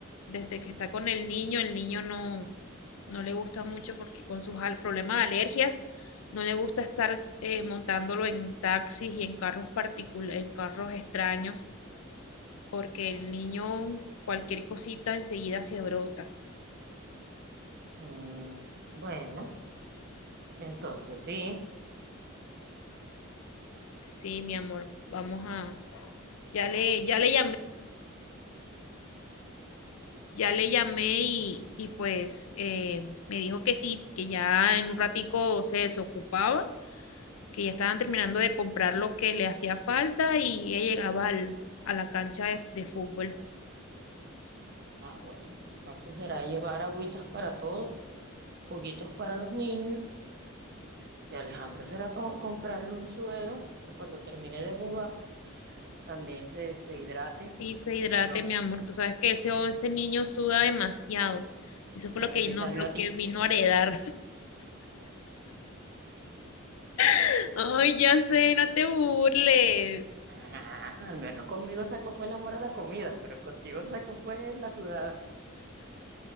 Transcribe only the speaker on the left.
desde que está con el niño, el niño no, no le gusta mucho porque con sus al- problemas de alergias, no le gusta estar eh, montándolo en taxis y en carros particulares, en carros extraños, porque el niño cualquier cosita enseguida se brota.
Sí, mi amor, vamos a... Ya le, ya le llamé. Ya le llamé y, y pues eh, me dijo que sí, que ya en un ratico se desocupaba, que ya estaban terminando de comprar lo que le hacía falta y ella llegaba al- a la cancha de, de fútbol.
Y
se
hidrate,
mi amor. Tú sabes que ese, ese niño suda demasiado. Eso fue
lo que
vino,
lo
que vino a heredar. <laughs> Ay, ya sé, no te burles.